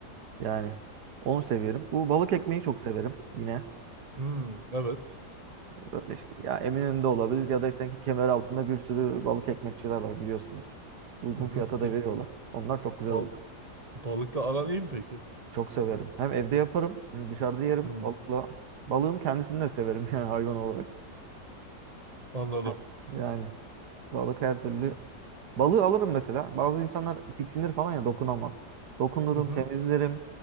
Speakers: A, on the right; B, on the right.
A: Yani onu severim. Bu balık ekmeği çok severim. Yine
B: Hmm. Evet.
A: böyle işte ya Eminönü'nde olabilir ya da işte kemer altında bir sürü balık ekmekçiler var biliyorsunuz. Uygun
B: Hı hı.
A: fiyata
B: Peki.
A: da veriyorlar. Onlar çok güzel
B: Bal-
A: oluyor.
B: balıkla aran iyi mi peki?
A: Çok severim. Hem evde yaparım, hem dışarıda yerim
B: Hmm.
A: balıkla. Balığın kendisini de severim <laughs> yani hayvan olarak.
B: Anladım.
A: Evet. Yani balık her türlü. Balığı alırım mesela. Bazı insanlar tiksinir falan ya dokunamaz. Dokunurum,
B: Hı hı.
A: temizlerim,